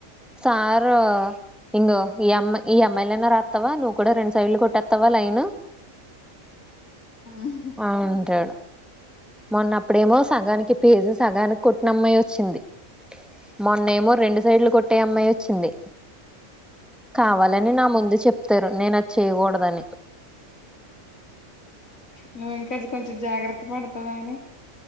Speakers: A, in the centre; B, on the left (about 85°).
A: సారు ఇందు ఈ అమ్మ ఈ అమ్యిలనా రాతవ నువ్ కూడాడా రెండ్ సైడ్లు కొట్టేత్తవ లైను
B: ఉమ్
A: ఆ అంటాడు మొన్నప్పుడేమో సగానికి పేజు సగానికి కొట్టినమ్మాయి వచ్చింది మొన్నేమో రెండు సైడ్లు కొట్టే అమ్మాయి వచ్చింది కావాలని
B: ఆ
A: నా ముందు చెప్తారు నేను అది చేయకూడదని
B: నువ్వు ఇంకా అది కొంచెం జాగ్రత్త పడతావ అని